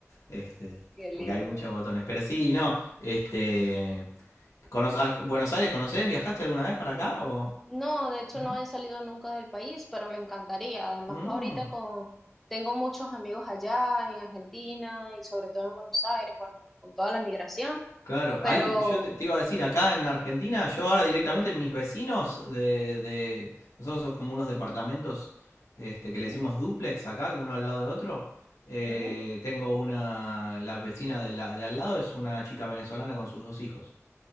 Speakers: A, on the left (about 90°); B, in the centre.
A: Este,
B: Qué lindo.
A: porque hay muchos botones. Pero sí, no, este... cono- Ar- ¿Buenos Aires conoces? ¿Viajaste alguna vez para acá? O...
B: No, de hecho
A: ¿no?
B: no he salido nunca del país, pero me encantaría. Además,
A: Mm.
B: ahorita con tengo muchos amigos allá en Argentina y sobre todo en Buenos Aires, bueno, con toda la migración,
A: Claro,
B: pero
A: hay, yo te, te iba a decir, acá en Argentina, yo ahora directamente mis vecinos de, de- nosotros somos como unos departamentos este, que
B: ujú,
A: le decimos duplex acá, uno al lado de otro. Eh,
B: Ujú.
A: tengo una, la vecina de, la, de al lado es una chica venezolana con sus dos hijos.